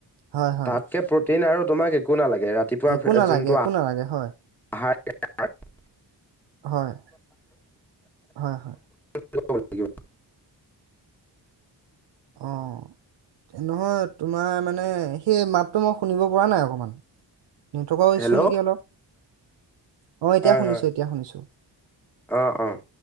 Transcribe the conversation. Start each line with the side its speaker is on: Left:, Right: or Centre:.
Right: হয় হয়
Centre: তাতকে প্ৰতি টিন আৰু তোমাক একো নালাগে। ৰাতিপুৱা
Right: একো নালাগে
Centre: যন্তু
Right: একো
Centre: অহ
Right: নালাগে হয়
Centre: আহাৰ <unintelligible>
Right: হয়, হয়-হয়।
Centre: থাকিব।
Right: অহ, নহয় তোমাৰ মানে সেই মাতটো মই শুনিব পৰা নাই অকণমান। নেটৱৰ্কৰ
Centre: হেল্ল'
Right: ইছ্যু নেকি অলপ। অহ এতিয়া
Centre: হয়
Right: শুনিছো,
Centre: হয়।
Right: এতিয়া শুনিছো
Centre: অ', অ',